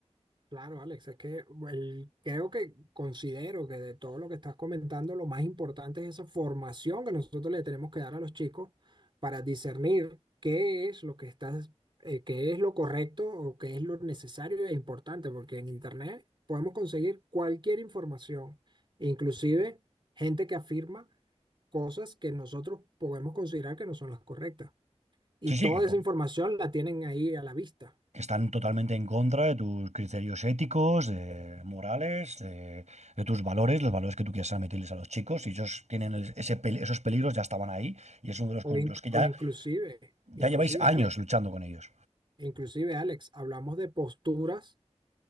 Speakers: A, on the right; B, on the right.
A: Claro, Alex, es que el- creo que considero que de todo lo que estás comentando, lo más importante es esa formación que nosotros le tenemos que dar a los chicos para discernir qué es lo que estás, eh, qué es lo correcto o qué es lo necesario e importante, porque en Internet podemos conseguir cualquier información, inclusive gente que afirma cosas que nosotros podemos considerar que no son las correctas. Y
B: Sí,
A: toda
B: sí, que pues,
A: esa información la tienen ahí a la vista.
B: que están totalmente en contra de tus criterios éticos, de morales, de, de tus valores, los valores que tú quieras meterles a los chicos. Y ellos tienen el- ese, pel- esos peligros, ya estaban ahí. Y es uno de los
A: O,
B: con
A: in-
B: los que ya,
A: o inclusive,
B: ya
A: inclusive
B: lleváis años
A: Alex,
B: luchando con ellos.
A: inclusive Alex, hablamos de posturas